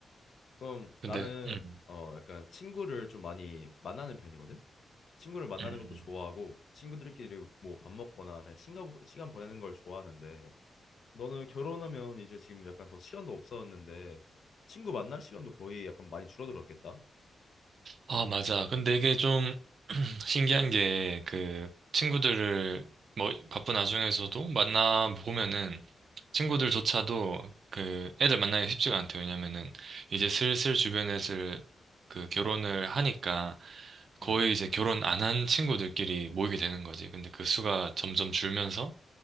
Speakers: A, on the left; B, on the right.
A: 그럼
B: 근데
A: 나는
B: 음,
A: 어 약간 친구를 좀 많이 만나는 편이거든. 친구를 만나는
B: 음. 음.
A: 것도 좋아하고 친구들끼리 뭐 밥 먹거나 그냥 시간 시간 보내는 걸 좋아하는데 너는 결혼하면 이제 지금 약간 더 시간도 없었는데 친구 만날 시간도 거의 약간 많이 줄어들었겠다.
B: 아, 맞아. 근데 이게 좀 <clears throat> 신기한 게 그 친구들을 뭐 바쁜 와중에서도 만나 보면은 친구들조차도 그 애들 만나기가 쉽지가 않대요. 왜냐면은 이제 슬슬 주변에서 그 결혼을 하니까 거의
A: 음.
B: 이제 결혼 안 한 친구들끼리 모이게 되는 거지. 근데 그 수가 점점 줄면서